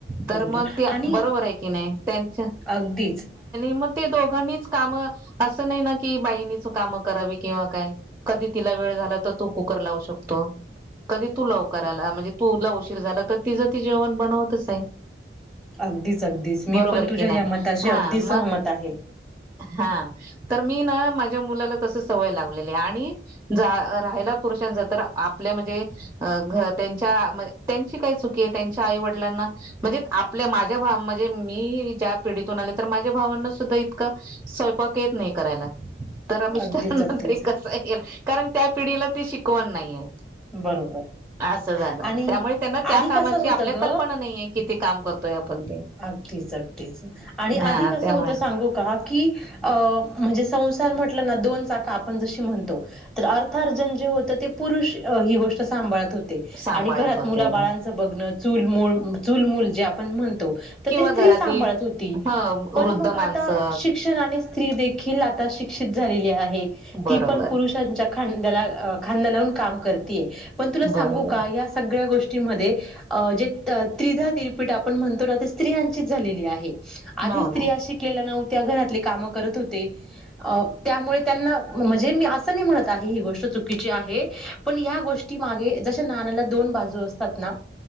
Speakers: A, in the centre; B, on the right (about 15°).
A: बरोबर
B: तर मग ते
A: आणि
B: बरोबर आहे. की नाही त्यांच
A: अगदीच
B: म दोघांनीच काम अस नाही, की बाईनेच काम करावी किंवा काय? कधी वेळ झाला, तर तू कुकर लावू शकतो. कधी तू लवकर आला. म्हणजे तुला उशीर झाला, तर तिझं ती जेवण बनवतचं आहे.
A: अगदीच अगदीच मी
B: बरोबर
A: पण तुझ्या
B: की नाही
A: या मताशी
B: हा
A: अगदी
B: मग
A: सहमत आहे
B: हा तर! मी ना माझ्या मुलाला तस सवय लावलेली, आणि राहिला पुरुषांचा तर आपल्या ते <unintelligible> त्यांच्या आई, वडिलांना म्हणजे आपल्या माझ्या म्हणजे मी ज्या पिढ तून आले, तर माझ्या भावंना सुद्धा इतकां स्वयंपाक येत नाही करायला. तर मिस्टरांना
A: अगदीच अगदीच
B: तरी कसा येईल? कारण त्या पिढीला ती शिकवण नाहीये.
A: बरोबर.
B: असं झालं,
A: आणि
B: त्यामुळे त्यांना
A: आधी
B: त्या कामाची
A: कसं होतं
B: आपल्या
A: ग
B: कल्पना नाहीये, किती काम करतोय आपण.
A: अगदीच अगदीच आणि
B: हा
A: आधी कसं
B: त्यामुळे
A: होत सांगू का? की अ म्हणजे संसार म्हटलं ना दोन चाक आपण जशी म्हणतो, तर अर्थारर्जन जे होत. ते पुरुष ही गोष्ट सांभाळत होते.
B: सांभाळत
A: आणि घरात
B: होते
A: मुला बाळांचं बघणं. चूलू चूलमूल जे आपण म्हण स्त्री
B: किंवा घरातली
A: सांभाळत होती,
B: ह वृद्ध
A: पण मग
B: माणसं
A: आता शिक्षण आणि स्त्री देखील आ शिक्षित झालेली आहे.
B: बरोबर
A: ती पण पुुषांच्या खांद्याला खांदा लावून काम करतीये, पण तुला सांगू
B: बरोबर
A: का या सगळ्या गोष्टी जे त्रिधा तीरपीठ आपण म्हणतो, ना ते स्त्रियांचीच झालेली आहे. आधी
B: हो
A: स्त्रिया
B: ना
A: शिकलेल्या नव्हत्या. त्या घरातले काम करत होते. अ त्यामुळे त्यांना म्हणजे, मी असं नाही म्हणत आहे ही गोष्ट चुकिची आहे. पण या गोष्टीमागे जसे नान्याला दोन बाजू आसतात. ना